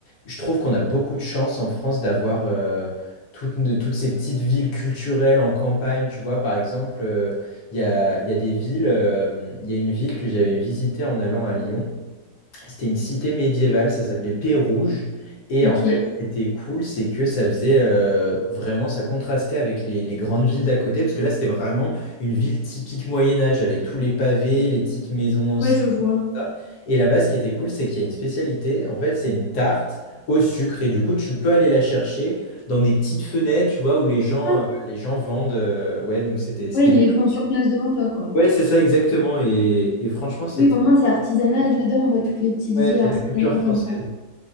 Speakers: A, on the left; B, on the left.
A: Je trouve qu'on a beaucoup de chance en France d'avoir euh, toutes, de- toutes ces petites villes culturelles en campagne, tu vois, par exemple, euh, il y a, il y a des villes, euh, il y a une ville que j'avais visitée en allant à Lyon. C'était une cité médiévale, ça s'appelait Pérouge. Et
B: ok.
A: en fait, c'était cool, c'est que ça faisait euh, vraiment, ça contrastait avec les, les grandes villes d'à côté, parce que là, c'était vraiment une ville typique Moyen-Âge, avec tous les pavés, les petites maisons anciennes.
B: Ouais, je vois.
A: tout ça. Et là-bas, ce qui était cool, c'est qu'il y a une spécialité, en fait, c'est une tarte au sucre. Et du coup, tu peux aller la chercher dans des petites fenêtres, tu vois, où les gens,
B: Ah,
A: euh, les gens vendent. euh, ouais, donc c'était, c'était...
B: ouais, ils les font sur place devant toi, quoi.
A: Ouais, c'est ça, exactement. Et, et franchement, c'était...
B: Oui, au moins, c'est artisanal. J'adore, moi, toutes les petites
A: Ouais,
B: villes
A: c'est
B: artisanales
A: la culture française.
B: comme ça.